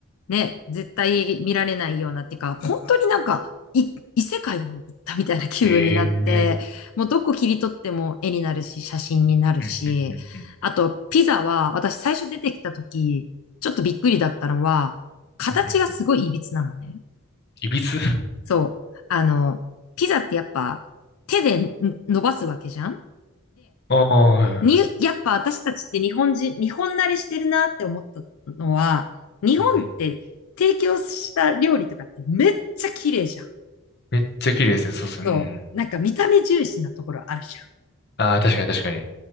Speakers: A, on the left; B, on the left.
A: ね、絶対見られないようなっていうか、本当になんか、い異世界に行ったみたいな気分になって、
B: ええ
A: もうどこ切り取っても絵になるし、写真になるし、
B: ー。うんうんうんうん
A: あと、ピザは、私最初出てきた時、ちょっとびっくりだったのは、形がすごい歪なのね。
B: うんうんいびつ
A: そう。あの、ピザってやっぱ、手でん伸ばすわけじゃん
B: あ <laughs> あー、はいはい
A: に、やっぱ私たちって日本人、日本慣れしてるなって思ったのは、日本って提供した料理とかってめっちゃ綺麗じゃん。
B: うんうんめっちゃ綺麗ですね。そうですね。
A: そう。
B: うん。
A: なんか見た目重視なところあるじ
B: ああ、確かに確かに。